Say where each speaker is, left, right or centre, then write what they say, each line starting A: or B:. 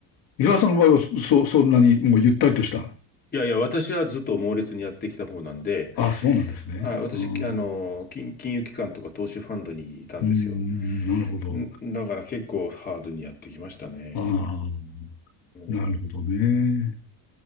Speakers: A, on the left; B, on the left.
A: 伊沢さんの場合は、そ、そそんなにもうゆったりとした。
B: いやいや、私はずっと猛烈にやってきた方なんで、
A: あ、そうなんですね。
B: あ、私、
A: うん、
B: あの、
A: う
B: 金、金融機関とか投資ファンドにいたんですよ。
A: ーん、なるほど。
B: ん、だから結構ハードにやってきましたね。
A: ああ、
B: うん。
A: なるほどね。